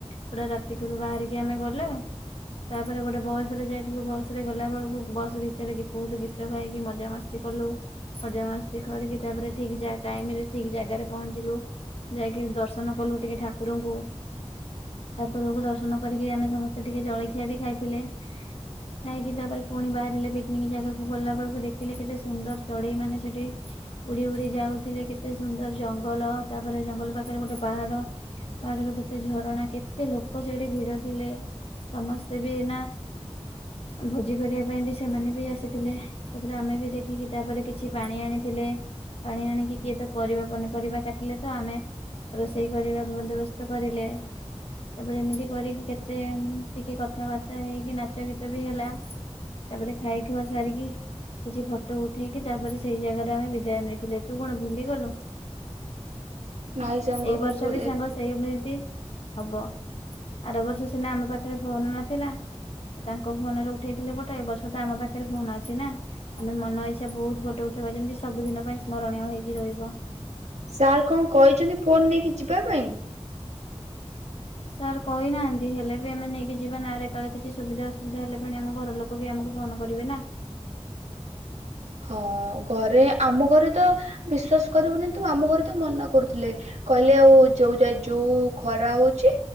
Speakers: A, on the left (about 60°); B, on the right (about 80°).
A: ପୁରା ରାତି କୁରୁ ବାହାରିକି ଆମେ ଗଲେ ତାପରେ ଗୋଟେ ବସରେ ଯାଇଥିଲୁ ବସରେ ଗଲା ବେଳୁକୁ ବସ୍ ଭିତରେ ଗୀ ବୋହୁତ ଗୀତ ଗାଇକି ମଜାମସ୍ତି କଲୁ ମଜାମସ୍ତି କରିକି ତାପରେ ଠିକ୍ ଯା ଟାଇମରେ ଠିକ ଜାଗାରେ ପହଞ୍ଚିଲୁ ଯାଇକିରି ଦର୍ଶନ କଲୁ ଟିକେ ଠାକୁରଙ୍କୁ। ଠାକୁରଙ୍କୁ ଦର୍ଶନ କରିକି ଆମେ ସମସ୍ତେ ଟିକେ ଜଳଖିଆ ବି ଖାଇଥିଲେ। ଖାଇକି ତାପରେ ପୁଣି ବାହାରିଲେ ପିକନିକ ଜାଗାକୁ ଗଲା ବେଳୁକୁ ଦେଖିଲେ କେତେ ସୁନ୍ଦର ଚଡ଼େଇମାନେ ସେଠି ଉଡ଼ି ଉଡ଼ି ଯାଉଥିଲେ କେତେ ସୁନ୍ଦର ଜଙ୍ଗଲ ତାପରେ ଜଙ୍ଗଲ ପାଖରେ ଗୋଟେ ପାହାଡ଼। ପାହାଡ଼ର କେତେ ଝରଣା କେତେ ଲୋକ ସେଠି ଭିଡ଼ ଥିଲେ। ସମସ୍ତେ ବି ନାଁ ଭୋଜି କରିବା ପାଇଁ ବି ସେମାନେ ବି ଆସିଥିଲେ। ତାପରେ ଆମେ ବି ଦେଖିକି ତାପରେ କିଛି ପାଣି ଆଣିଥିଲେ ପାଣି ଆଣିକି କିଏ ତ ପରିବା ପନିପରିବା କାଟିଲେ ତ ଆମେ ରୋଷେଇ କରିବା ବନ୍ଦୋବସ୍ତ କରିଲେ। ତାପରେ ଏମିତି କରିକି କେତେ ଟିକେ କଥାବାର୍ତ୍ତା ହେଇକି ନାଚ ଗୀତ ବି ହେଲା ତାପରେ ଖାଇ ଖୁଆ ସାରିକି କିଛି ଫଟୋ ଉଠେଇକି ତାପରେ ସେଇ ଜାଗାରୁ ଆମେ ବିଦାୟ ନେଇ ଥିଲେ। ତୁ କଣ ଭୁଲିଗଲୁ?
B: ନାଇଁ ସାଙ୍ଗ
A: ଏଇ ବର୍ଷ
B: ମୁଁ ଭୁଲି
A: ବି ସାଙ୍ଗ ସେଇମିତି ହବ ଆର ବର୍ଷ ସିନା ଆମ ପାଖରେ ଫୋନ ନଥିଲା। ତାଙ୍କ ଫୋନ ରେ ଉଠେଇଥିଲେ ଫଟୋ। ଏ ବର୍ଷ ତ ଆମ ପାଖରେ ଫୋନ ଅଛି ନା ଆମେ ମନ ଇଛା ବହୁତ ଫଟୋ ଉଠେଇବା। ଯେମିତି ସବୁଦିନ ପାଇଁ ସ୍ମରଣୀୟ ହେଇକି ରହିବ।
B: ସାର କଣ କହିଚନ୍ତି ଫୋନ ନେଇକି ଯିବା ପାଇଁ?
A: ସାର୍ କହି ନାହାଁନ୍ତି ହେଲେ ବି ଆମେ ନେଇକି ଯିବା ନାଁ ଆରେ କଲେ କିଛି ସୁବିଧା ଅସୁବିଧା ହେଲେ ପଣେ ଆମ ଘର ଲୋକ ବି ଆମକୁ ଫନ କରିବେ ନାଁ।
B: ହଁ ଘରେ ଆମ ଘରେ ତ ବିଶ୍ଵାସ କରିବୁନି ତୁ ଆମ ଘରେ ତ ମନା କରୁଥିଲେ। କହିଲେ ଆଉ ଯୋଉ ଯାଇ ଯୋଉ ଖରା ହଉଚି।